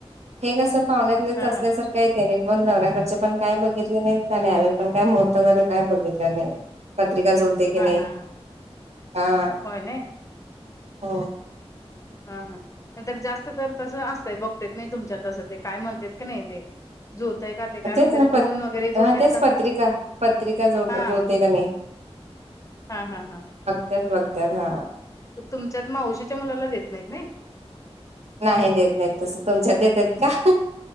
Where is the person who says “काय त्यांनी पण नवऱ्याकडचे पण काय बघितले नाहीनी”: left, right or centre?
Right